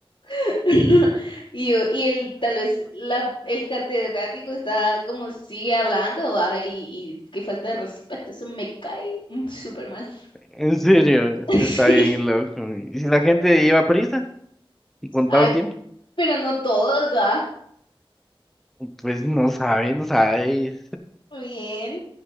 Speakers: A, on the left; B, in the centre.
A: cosas? <laughs> Y yo, y el, tal vez la, el catedrático está como sigue hablando, ¿va? Y, y qué falta de respeto, eso me cae mm, súper mal.
B: En serio,
A: <laughs>
B: está bien
A: Sí,
B: loco. Y si la gente lleva prisa y contaba
A: ay,
B: el tiempo,
A: pero no todos, ¿va?
B: pues no sabe, no sabe.
A: Bien,